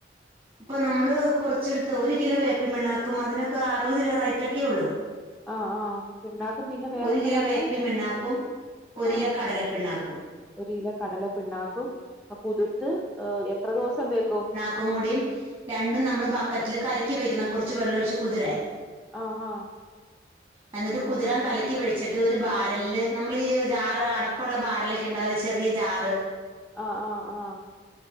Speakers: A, on the right; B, in the centre.
A: ഇപ്പൊ നമ്മള് കുറച്ചെടുത്ത് ഒരു കിലോ വേപ്പിൻ പിണ്ണാക്കും അതിനൊക്കെ അറുപത് രൂപ റൈറ്റ് ഒക്കെ ഉള്ളൂ
B: ആഹ് ആഹ് പിണ്ണാക്കു പിന്നെ വേറെന്ത
A: ഒരു കിലോ
B: പറഞ്ഞേ
A: വേപ്പിൻ പിണ്ണാക്കും ഒരു കിലോ
B: ആഹ്
A: കടലപ്പിണ്ണാക്കും
B: ഒരു കിലോ കടല പിണ്ണാക്കും കുതിത്ത് എത്ര ദിവസം വെക്കും
A: ക്കും കൂടിയും രണ്ടും നമ്മള് ബക്കറ്റില് കലക്കി വെക്കണം കുറച്ച് വെള്ളം ഒഴിച്ച് കുതിര
B: ആഹ് ആഹ്
A: നസ്‌മിസ്‌മിഴ്ഴ്‌സ്‌ൽ എന്നിട്ട് കുതിരൻ കലക്കി വഴിച്ചിട്ട് ഒരു ബാരല്ല് നമ്മൾ ജാറ് അടപ്പുള്ള ബാരല ഒക്കെ ഉണ്ടാവ ഒരു ചെറിയ ജാറ്
B: ആഹ് ആഹ് ആഹ്